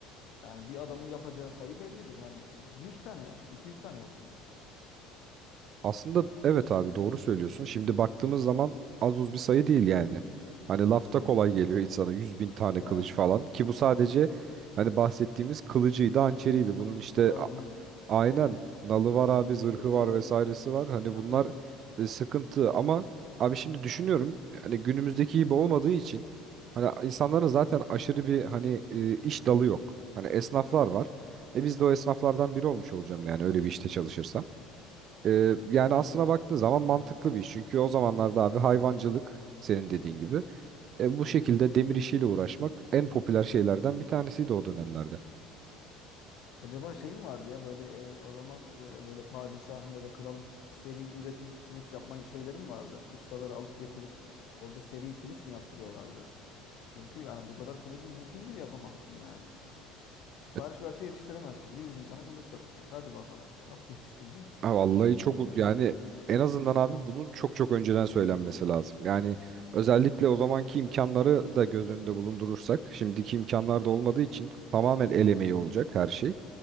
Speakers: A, on the left (about 60°); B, on the right (about 45°).
A: Yani bir adamın yapacağı sayı bellidir. Hani 100 tane yapsın, 200 tane yapsın.
B: Aslında evet abi doğru söylüyorsun. Şimdi baktığımız zaman az uz bir sayı değil yani. Hani lafta kolay geliyor insana yüz bin tane
A: Yani
B: kılıç falan ki bu sadece hani bahsettiğimiz kılıcıydı, hançeriydi. Bunun
A: kanı
B: işte
A: var
B: a-
A: bunun
B: aynen
A: değil mi?
B: nalı var abi, zırhı
A: Zırhı
B: var
A: var.
B: vesairesi var. Hani
A: Tabii.
B: bunlar e, sıkıntı ama abi şimdi düşünüyorum hani günümüzdeki gibi olmadığı için hani insanların zaten aşırı bir hani e, iş dalı yok. Hani esnaflar var. E biz de o esnaflardan biri olmuş olacağım yani öyle bir işte çalışırsam. Ee, yani aslına baktığın zaman mantıklı bir iş. Çünkü o zamanlarda abi hayvancılık senin dediğin gibi. E, bu şekilde demir işiyle uğraşmak en popüler şeylerden bir tanesiydi o dönemlerde.
A: Acaba şey mi vardı ya böyle e, o zaman e, böyle padişahın ya da kralın seri üretim kılıç yapma şeyleri mi vardı? Ustaları alıp getirip orada seri kılıç mı yaptırıyorlardı? Çünkü yani bu kadar kılıcı mümkün değil yapamazsın yani. Sipariş
B: E,
A: verse yetiştiremezsin. 100 bin tane kılıç yapılacak. Hadi bakalım. Nasıl <laughs> yetiştireceksin?
B: ha, vallahi
A: Yetiştiremem.
B: çok u- yani en azından abi bunun çok çok önceden söylenmesi lazım. Yani özellikle o zamanki imkanları da göz önünde bulundurursak, şimdiki imkanlar da olmadığı için tamamen el emeği olacak her şey.